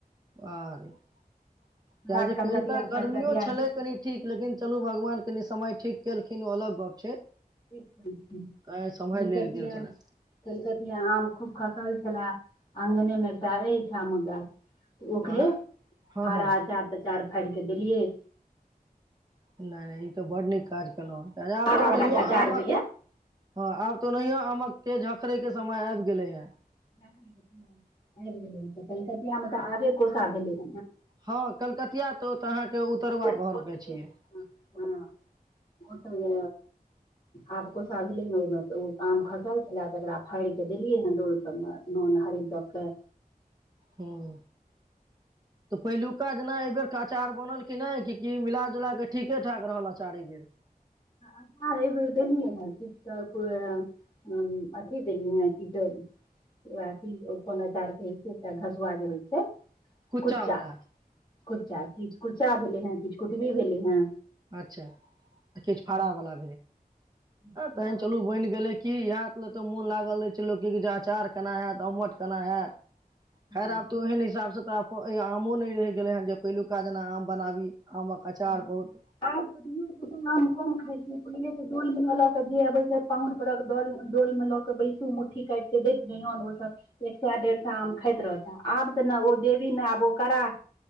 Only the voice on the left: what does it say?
हमरा
कलकतिया
कलकतिया से
ठीक कलकतििया
कलकतििया आ खूब खसल छल अङंगने मे ते शाम गाछ ओ
कह
बारह
चार तक चड़ फाड़ केऽ देलियै
फाड़ा
वाला जे अचार
होइया
आबि गेलै त कलकियामे तऽ आबे कोसा भेलै
ओ
तऽ
हँ ओसभ जे आब कोसा भेलै हे ओहिमे तऽ ओ आम खसल छलए तकरा फाड़ि कऽ देलियै हे डोल सभमे नून हरीद दऽ कऽ
अचार एहि बेेर देलियै हे किछु तऽ अथी देलियै ह कि अथी कोन अचारके एकटा घसआ जे होइ छै
कुच्चा कुच्चा ची क कचा भेले है किछ कुटबी भेले हैँ
हँ
बनै
छै।
हँ
हँ,
आब त धियो पुतो आम कम खाय छैय पहिले ते डोल मे ल ल के जे अबय छैय पाहुन परक ड डोल में ल के बैसू मुट्ठी काटि के देैत रहियौन ओ सब एक सैय डेढ़ सैय आम खाइत रहधिन्ह आब तऽ ने ओ देवी ने आब ओ कराह